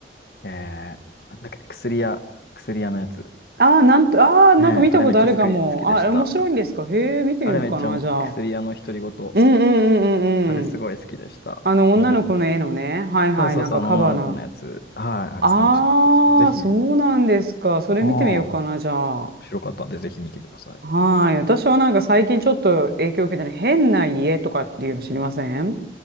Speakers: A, on the left; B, on the right.
A: えー、なんだっけ、薬屋、薬屋のやつ。
B: ああ、なんと、ああ、なんか見たことあるかも。
A: ねえ、あれめっちゃ好き、好きでした。
B: あ、面白いんですかへえ、見てみようかな、
A: あれめっちゃ薬屋の独り言。
B: じゃあ。うんうんうんうんうん。
A: あれすごい好きでした。
B: あの女の子の絵のね、
A: うん。
B: はいはい、
A: そうそうそう、
B: なんかカバーの。
A: あの女の子のやつ。はい、あれすごい面白かったです。
B: ああ、
A: ぜひ、
B: そうなんですか。それ見てみようかな、
A: ああ、面
B: じゃあ。
A: 白かったんで、ぜひ見てください。
B: はい。私はなんか最近ちょっと影響を受けてる変な家とかっていうの知りません